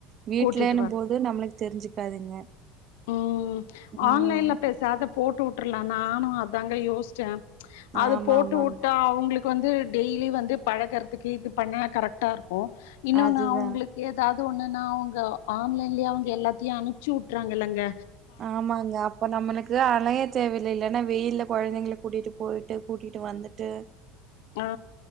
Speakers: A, on the right; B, on the left.
A: வீட்லன்னும்
B: கூட்டிட்டு வர
A: போது நம்ளுக் தெரிஞ்சுக்காதுங்க
B: ம்
A: ம்
B: ஆன்லைன்ல பேசாத போட்டூட்டர்லா நானு அதாங்க யோஸ்ச்ச அது
A: ஆமா
B: போட்டு
A: ஆமாங்க.
B: உட்டா அவுங்ளுக் க்கு வந்து டெய்லி வந்து பழகறதுக்கு இது பண்ண கரெக்ட்டா இருக்கு இன்னொன்னு
A: அதுதான்.
B: அவங்களுக்கு, ஏதாவது ஒண்ணுன்னா அவுங்க ஆன்லைன்லே அவுங்க எல்லாத்தியு அனுப்ச்சு உட்றாங்க இல்லங்க
A: ஆமாங்க அப் இப்ப நம்மளுக்கு அலைய தேவயில்லைல ஏன்னா வெயில் கொழந்தைங்கள கூடிட்டு போய்ட்டு கூடிட்டு வந்துட்டு
B: ஆ